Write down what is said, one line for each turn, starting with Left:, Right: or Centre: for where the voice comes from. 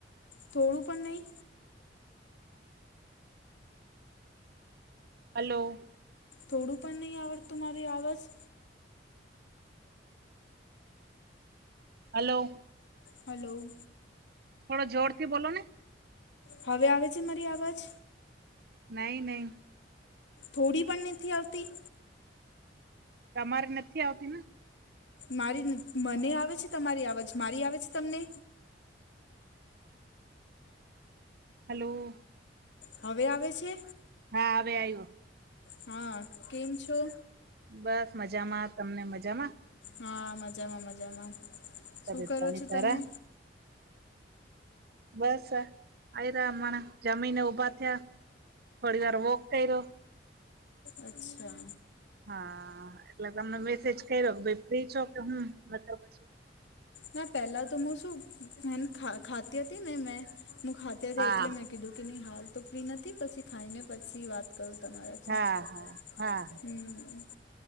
Left: થોડું પણ નહી
Right: હલો.
Left: થોડું પણ નહી આવડતું મારી આવાજ
Right: હલો.
Left: હલો.
Right: થોડો જોર થી બોલો ને
Left: હવે આવે છે મારી અવાજ
Right: નહી નહી
Left: થોડી પણ નથી આવતી
Right: તમારે નથી આવતીને
Left: મારી મને આવે છે તમારી અવાજ મારી આવે છે તમને
Right: હલો.
Left: હવે આવે છે.
Right: હા હવે આયું.
Left: હા કેમ છો?
Right: બસ મજામાં તમને મજામાં
Left: હા મજામાં મજામાં
Right: તબિયત
Left: શું કરો
Right: પાણી
Left: છો
Right: તારા
Left: તમે
Right: બસ આ રહયા અમારા જમીનને ઊભા થયા થોડી વાર વોક કર્યો
Left: <inaudible> અચ્છા.
Right: હા એટલે તમને મેસેજ કર્યો કોઈ ફ્રી છો કે હમ્મ પછી
Left: ના પહેલા તો હું શું ખાતી હતી ને મે ખાતી જ્યાં
Right: હા
Left: તા એટલે મેં કીધું કે નહીં હાલ તો ફ્રી નથી પછી ખાઈને પછી વાત <unintelligible>
Right: હા હા હા